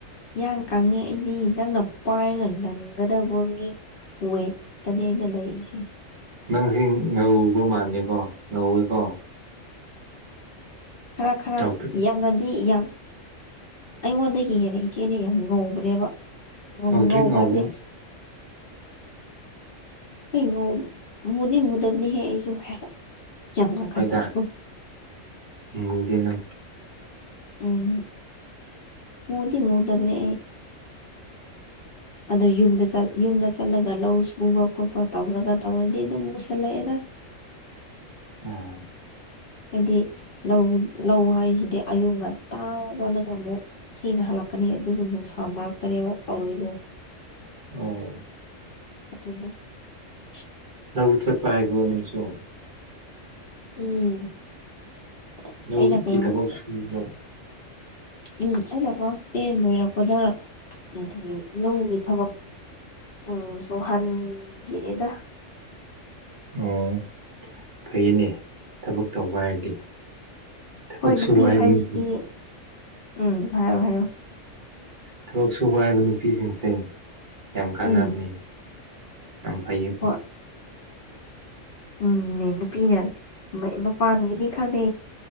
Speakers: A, on the left; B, on the right.
A: ꯏꯟ ꯀꯪꯉꯤ ꯑꯩꯗꯤ ꯅꯪꯅ ꯄꯥꯏꯔꯒ ꯂꯪꯒꯗꯕꯒꯤ ꯍꯣꯏ ꯇꯅꯤ ꯑꯩꯅ ꯂꯩꯥꯏꯁꯤ
B: ꯅꯪꯁꯤ ꯉꯧꯕ ꯃꯥꯂꯦꯀꯣ ꯉꯧꯋꯦꯀꯣ
A: ꯈꯔ ꯈꯔ
B: ꯉꯧꯇ꯭ꯔꯤꯛ
A: ꯌꯥꯝꯅꯗꯤ ꯌꯥꯝ ꯑꯩꯉꯣꯟꯗꯒꯤ ꯍꯦꯟꯅ ꯏꯆꯦꯅ ꯌꯥꯝ ꯉꯧꯕꯅꯦꯕ
B: ꯉꯧꯇ꯭ꯔꯤꯛ
A: ꯉꯧꯕ
B: ꯉꯧꯒꯨꯝ
A: ꯍꯥꯏꯁꯦ ꯉ ꯃꯗꯤ ꯃꯗꯕꯅꯤ ꯍꯦꯁꯨ ꯌꯥꯝ ꯋꯥꯈꯣ
B: ꯍꯣꯏꯗ ꯃꯨꯗꯦ ꯅꯪ
A: ꯎꯝ ꯃꯗꯤ ꯃꯨꯗꯕꯅꯦ ꯑꯩ
B: <unintelligible> <inaudible>
A: ꯑꯗꯣ ꯌꯨꯝꯗ ꯌꯨꯝꯗ ꯆꯠꯂꯒ ꯂꯧ ꯁꯨꯕ ꯈꯣꯠꯄ ꯇꯧꯔꯒ ꯇꯧꯔꯗꯤ ꯑꯗꯨꯝ ꯃꯨꯁꯜꯂꯛꯑꯦꯗ
B: <unintelligible> <inaudible> ꯑꯥ
A: ꯍꯥꯏꯗꯤ ꯂꯧ ꯂꯧ ꯍꯥꯏꯔꯤꯁꯤꯗꯤ ꯑꯌꯨꯛ ꯉꯟꯇꯥ ꯂꯒ ꯑꯃꯨꯛ ꯊꯤꯅ ꯍꯜꯂꯛꯀꯅꯤ ꯑꯗꯨꯁꯨ ꯅꯨꯡꯁꯥ ꯃꯔꯛꯇꯅꯦꯕ ꯇꯧꯔꯤꯗꯣ
B: ꯑꯣ <unintelligible> <inaudible>
A: ꯃꯠꯇꯗ <inaudible>
B: ꯅ ꯎꯠ ꯆꯠꯄ ꯍꯥꯏꯕ꯭ꯔꯣ ꯅꯁꯨꯣ
A: ꯎꯝ <inaudible>
B: ꯍꯂꯣ
A: ꯑꯩꯅ ꯀ꯭ꯂꯥꯁ
B: ꯀ ꯊꯕꯛ ꯁꯨꯝꯣ
A: ꯎꯝ ꯑꯩꯅ ꯀ꯭ꯂꯥꯁ ꯇꯦꯟ ꯂꯣꯏꯔꯛꯄꯗ ꯎ ꯂꯧꯒꯤ ꯊꯕꯛ ꯎꯝ ꯁꯣꯍꯟꯕꯤꯔꯦꯗ
B: ꯑꯣ ꯐꯩꯅꯦ ꯊꯕꯛ ꯇꯧꯕ ꯍꯥꯏꯔꯗꯤ ꯊꯕꯛ
A: ꯍꯣꯏ ꯅꯨꯄꯤ
B: ꯁꯨꯕ ꯍꯥꯏꯕ
A: ꯍꯥꯏꯔꯤꯁꯤꯗꯤ
B: ꯅꯨꯄꯤ
A: ꯎꯝ ꯍꯥꯏꯔꯣ ꯍꯥꯏꯔꯣ
B: ꯊꯕꯛ ꯁꯨꯕ ꯍꯥꯏꯕ ꯅꯨꯄꯤꯁꯤꯡꯁꯦ ꯌꯥꯝ ꯀꯥꯟꯅꯕꯅꯤ
A: ꯎꯝ
B: ꯌꯥꯝ ꯐꯩꯌꯦꯕ
A: ꯍꯣꯏ ꯎꯝꯅꯦ ꯅꯨꯄꯤꯅ ꯃꯄꯥꯟꯒꯤꯗꯤ ꯈꯪꯗꯦ